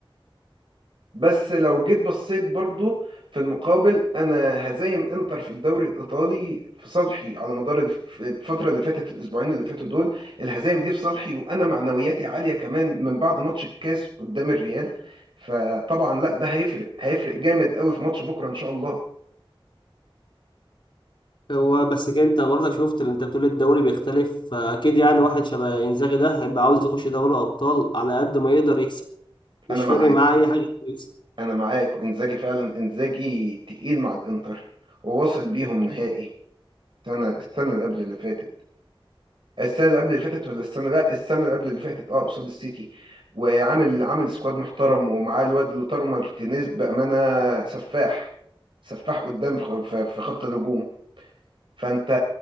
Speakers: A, on the right; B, on the left.
A: بس لو جيت بصيت برضو في المقابل انا هزايم انتر في الدوري الايطالي في صالحي على مدار الف- الفتره اللي فاتت الاسبوعين اللي فاتوا دول الهزايم دي في صالحي وانا معنوياتي عاليه كمان من بعد ماتش الكاس قدام الريال فطبعا لا ده هيفرق هيفرق جامد قوي في ماتش بكره ان شاء الله
B: هو بس كده انت برضه شفت اللي انت بتقول الدوري بيختلف فاكيد يعني واحد شبه انزاغي ده هيبقى عاوز يخش دوري ابطال على قد ما يقدر يكسب مش
A: انا معاك
B: فارق معاه اي حاجه يكسب
A: انا معاك وانزاجي فعلا انزاجي تقيل مع الانتر وواصل بيهم نهائي السنه السنه اللي قبل اللي فاتت السنه اللي قبل اللي فاتت ولا السنه لا السنه اللي قبل اللي فاتت اه قصاد السيتي وعامل عامل سكواد محترم ومعاه الواد لوتارو مارتينيز بامانه سفاح سفاح قدام في في- في خط الهجوم فانت